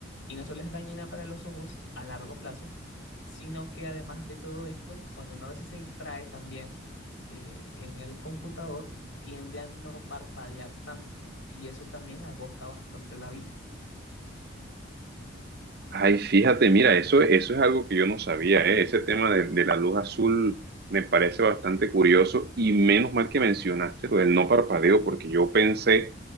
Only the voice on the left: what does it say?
y no solo es dañina para los ojos a largo plazo, sino que además de todo esto, que cuando uno a veces se distrae también eh, en el computador, tiende a no parpadear tanto y eso también agota bastante la vista.